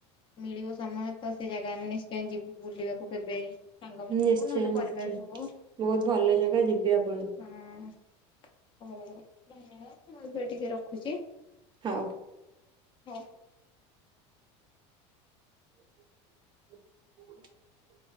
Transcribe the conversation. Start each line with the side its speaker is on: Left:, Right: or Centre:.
Left: ମିଳିବ ସମୟ ତ ସେ ଜାଗା ଆମେ ନିଶ୍ଚୟ ଯିବୁ ବୁଲିବାକୁ କେବେ ସାଙ୍ଗମାନେ
Right: ନିଶ୍ଚୟ
Left: ହୋଉ ନହନେ
Right: ନିଶ୍ଚୟ
Left: ପରିବାର ହୋଉ।
Right: ବହୁତ ଭଲ ଜାଗା ଯିବେ ଆପଣ
Left: ହଁ ହୋଉ <inaudible> ମୁଁ ଏବେ ଟିକେ ରଖୁଚି।
Right: ହଁ।
Left: ହଁ।
Right: <inaudible> <inaudible>